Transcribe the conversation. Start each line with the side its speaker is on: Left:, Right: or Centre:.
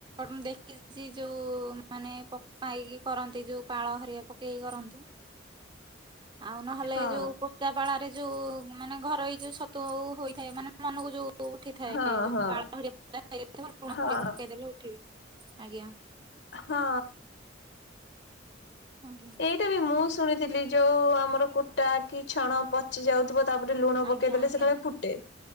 Right: ମୁ ଦେଖିଛି ଯୋଉ ମାନେ ପକା ହେଇକି କରା କରନ୍ତି ଯୋଉ ପାଳ ହରିକା ପକେଇ କରନ୍ତି। ଆଉ ନହେଲେ
Left: ହଁ
Right: ଯୋଉ ପଚା ବାଳାରେ ଯୋଉ ମାନେ ଘର ଏଇ ଯୋଉ ଛତୁ ହୋଇଥାଏ ମାନେ ମନକୁ ଯୋଉ ଉଠିଥାଏ
Left: ହଁ
Right: ଯୋଉ
Left: ହଁ
Right: ପାଳ <unintelligible> ହେଇଯାଇଥିବ ଲୁଣ
Left: ହଁ
Right: ଟିକେ ପକେଇଦେଲେ ଉଠିବ। ଆଜ୍ଞା।
Left: ହଁ।
Right: ଆଜ୍ଞା
Left: ଏଇଟା ବି ମୁଁ ଶୁଣିଥିଲି ଯୋଉ ଆମର କୁଟା କି ଛଣ ପଚି ଯାଉଥିବ ତା ପରେ ଲୁଣ
Right: ଆଜ୍ଞା
Left: ପକେଇଦେଲେ
Right: ଆଜ୍ଞା
Left: ସେ ଖାଲି ଫୁଟେ।